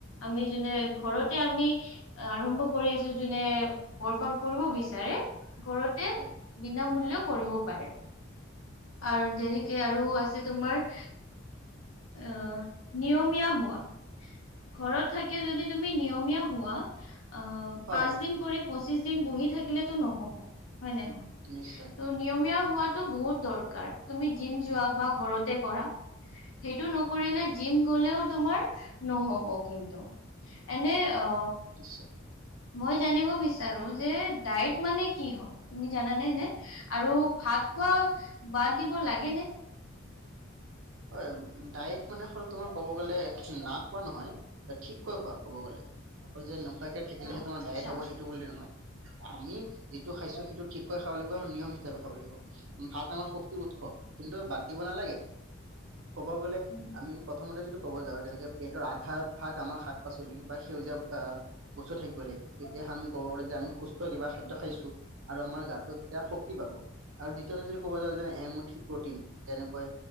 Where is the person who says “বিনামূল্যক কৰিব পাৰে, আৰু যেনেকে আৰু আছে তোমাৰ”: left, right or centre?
Left